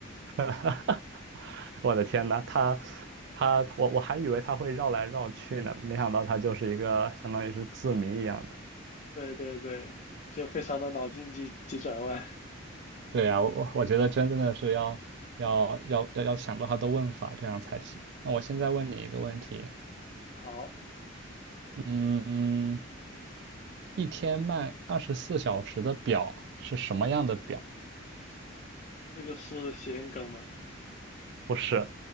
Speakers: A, on the right; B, on the left.
A: <laughs> 我的天呐，他他我我还以为他会绕来绕去呢，没想到他就是一个相当于是字谜一样的。
B: 对对对，就非常的脑筋急急转弯。
A: 对呀，我我我觉得真真的是要要要要要想到它的问法，这样才行。那我现在问你一个问题，
B: 嗯，好。
A: 嗯，一天慢二十四小时的表是什么样的表？
B: 这个是谐音梗吗？
A: 不是，